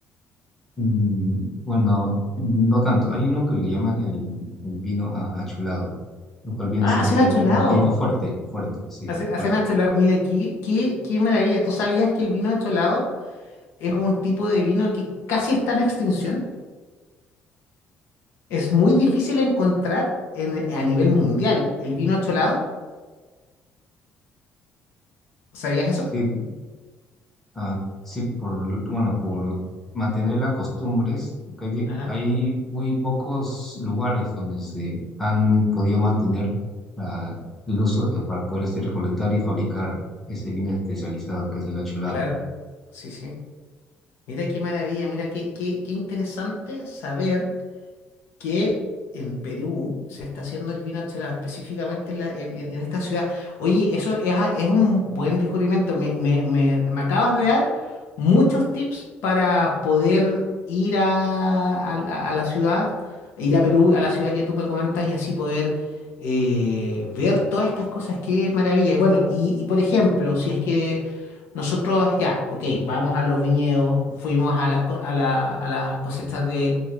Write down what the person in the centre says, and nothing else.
Mm, bueno, no tanto, hay uno que le llaman el, el vino a- achulado, lo cual viene
a ser
ya
vino fuerte, fuerte, sí,
fuerte.
Sí, Ah, sí, por, bueno, por mantener las costumbres, porque hay, di-
hay muy pocos lugares donde se han podido mantener ah, el uso eh, para poder este, recolectar y fabricar ese vino especializado que es el achulado.